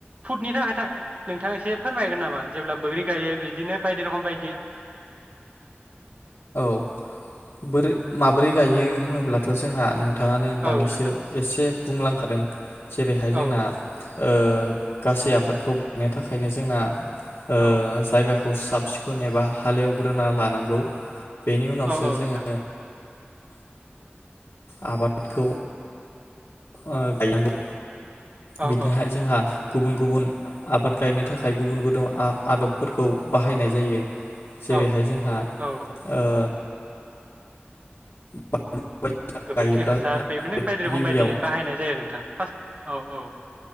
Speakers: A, on the right; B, on the left.
A: फुदनि थाखाय था नोंथांङा एसे फोरमायगोन नामा जेब्ला बोग्रि गायो बिदिनो बायदि रखम बायदि
B: औ बोरै माबोरै गायो होनोब्लाथ' जोंना नों थाङानो दानिसो
A: औ नोंथां
B: एसे बुंलांखादों जेरैहाय
A: औ
B: जोंना ओ गासै आबादखौ गायनो थाखायनो जोंना ओ
A: औ
B: जायगाखो साब सिखुन एबा हाल एवग्रोना लानांगौ। बेनि उनावसो
A: औ
B: जोङो
A: नोंथां।
B: आबादखौ ओ गायनांगौ।
A: औ
B: बिदिहाय
A: औ
B: जोंहा गुबुन गुबुन आबाद गायनो थाखाय गुबुन गोद आदबफोरखौ बाहायनाय जायो। जेरैहाय
A: औ
B: जोंहा ओ
A: औ
B: बानलु बायदिसिना
A: गोबोरखि
B: गायोब्ला
A: हासार
B: जोंहा
A: बेफोरनो बायदि रोखोम
B: गिबियावनो
A: बायदि बाहायनाय जायो नोंथां फार्स्ट औ औ